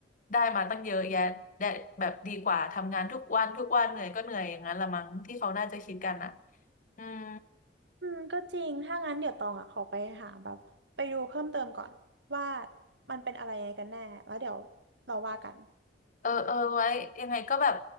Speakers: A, on the left; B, on the right.
A: ได้มาตั้งเยอะแยะได้แบบดีกว่าทำงานทุกวันทุกวันเหนื่อยก็เหนื่อยอย่างนั้นละมั้งที่เขาน่าจะคิดกันอ่ะอืม
B: อืมก็จริงถ้างั้นเดี๋ยวตองอ่ะขอไปหาแบบไปดูเพิ่มเติมก่อนว่ามันเป็นอะไรยังไงกันแน่แล้วเดี๋ยวเราว่ากัน
A: เออเออไว้ยังไงก็แบบ